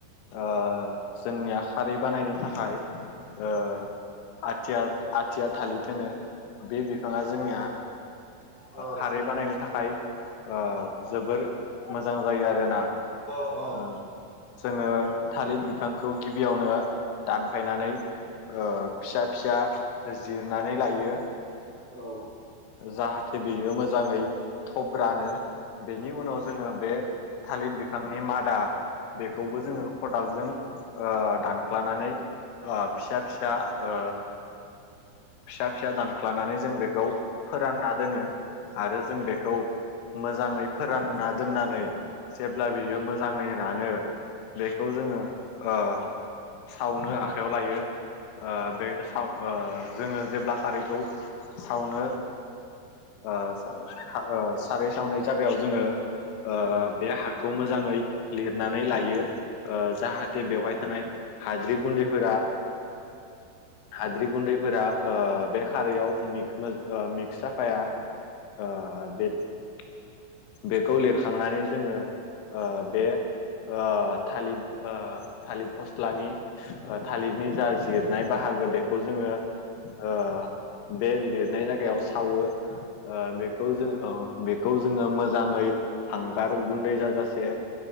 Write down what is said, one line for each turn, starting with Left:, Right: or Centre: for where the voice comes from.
Right: औ
Left: ओ जोंनिया खारै बानायनो थाखाय ओ आथिया- आथिया थालिर होनो। बे बिफाङा जोंनिया
Right: औ
Left: खारै ओ बानायनो थाखाय ओ जोबोर मोजां जायो आरोना।
Right: औ औ।
Left: ओ जोङो थालिर बिफांखौ गिबियावनो दानफायनानै ओ फिसा -फिसा जिरनानै लायो
Right: औ औ
Left: जाहाथे बेयो मोजां जाङै थब रानो बेनि उनाव जोङो बे थालिर बिफांनि मादा बेखौबो जोङो खदालजों ओ दानख्लानानै फिसा फिसा ओ फिसा फिसा दानख्लानानै जों बेख राव फोरानना दोने आरो जों बेखौ मोजाङै फोरानना दोननानै जेब्ला बियो मोजाङै रानो बेखौ जोङो ओ सावनो आखाइायाव लायो। ओ बे जोङो जेब्ला हारिखौ सावनो ओ ओ सारै सावनाय जायगायाव जोङो ओ बे हाखौ मोजाङै लिरनानै लायो ओ जाहाथे बेवहाय थानाय हाद्रि गुन्द्रिफोरा हाद्रि गुन्द्रि दैफोरा औ बे खारैयाव मिक्स जाफाया ओ बे-बेखौ लिरखांनानै जोङो ओ बे ओ थालिद ओ थालिर फस्लानि थालिरनि जा जिरनाय बाहागो बे खौ जोङो ओ बे लिरनाय जायगायाव सावो। ओ बेखौ जों ओ बेखौ जोङो मोजाङै हांगार गुन्दै जाजास से